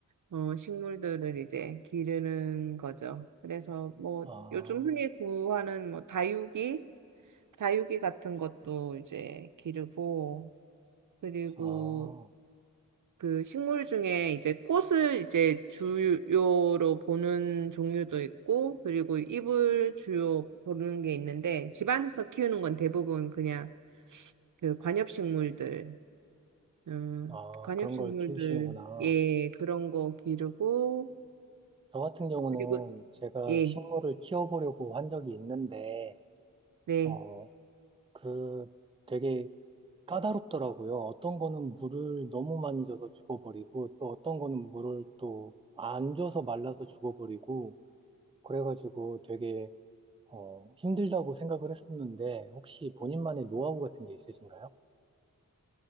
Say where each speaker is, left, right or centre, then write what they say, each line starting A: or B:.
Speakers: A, on the right; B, on the right.
A: 어, 식물들을 이제 기르는 거죠. 그래서 뭐
B: 아,
A: 요즘 흔히 구하는 뭐 다육이, 다육이 같은 것도 이제 기르고 그리고
B: 아,
A: 그 식물 중에 이제 꽃을 이제 주요로 보는 종류도 있고, 그리고 잎을 주요 보는 게 있는데, 집안에서 키우는 건 대부분 그냥 그 관엽식물들, 음,
B: 아,
A: 관엽식물들,
B: 그런 걸 키우시는구나.
A: 예, 그런 거 기르고,
B: 저 같은 경우는
A: 그리고,
B: 제가
A: 예,
B: 식물을 키워보려고 한 적이 있는데,
A: 네.
B: 어, 그 되게 까다롭더라고요. 어떤 거는 물을 너무 많이 줘서 죽어버리고, 또 어떤 거는 물을 또 안 줘서 말라서 죽어버리고, 그래가지고 되게, 어, 힘들다고 생각을 했었는데, 혹시 본인만의 노하우 같은 게 있으신가요?